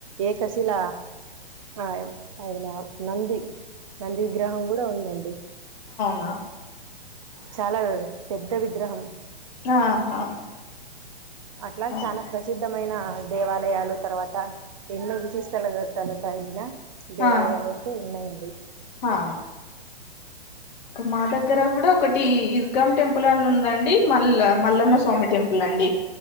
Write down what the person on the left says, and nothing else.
న
ఆహా
ఆ
ఆ
ఆ మా దగ్గర కూడా ఒకటి ఇస్కాం టెంపుల్ అని ఉందండి మల్ల మల్లన్న స్వామి టెంపుల్ అండి